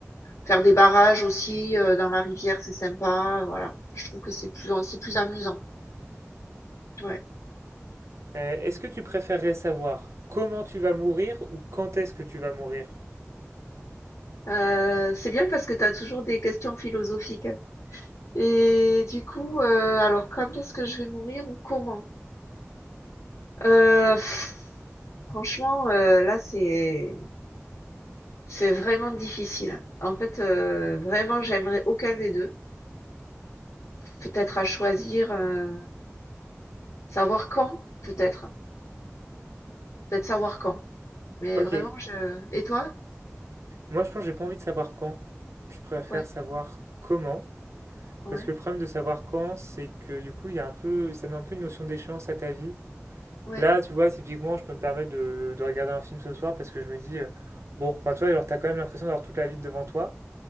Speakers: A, on the left; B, on the right.
A: faire des barrages aussi euh, dans la rivière, c'est sympa. Voilà, je trouve que c'est plus c'est plus amusant. Ouais.
B: Euh, est-ce que tu préférerais savoir comment tu vas mourir ou quand est-ce que tu vas mourir?
A: Euh, c'est bien parce que tu as toujours des questions philosophiques. Et du coup, euh, alors quand est-ce que je vais mourir ou comment? Euh, pff, franchement, euh, là c'est c'est vraiment difficile. En fait, euh, vraiment, j'aimerais aucun des deux. Peut-être à choisir, euh, savoir quand, peut-être, peut-être savoir quand. Mais
B: Ok,
A: vraiment, je. Et toi?
B: moi je pense que j'ai pas envie de savoir quand. Je préfère
A: Ouais,
B: savoir comment.
A: ouais,
B: Parce que le problème de savoir quand, c'est que du coup, il y a un peu, ça donne un peu une notion d'échéance à ta vie.
A: ouais,
B: Là, tu vois, typiquement, je peux me permettre de, de regarder un film ce soir parce que je me dis, euh, bon, enfin, tu vois, genre, t'as quand même l'impression d'avoir toute la vie devant toi.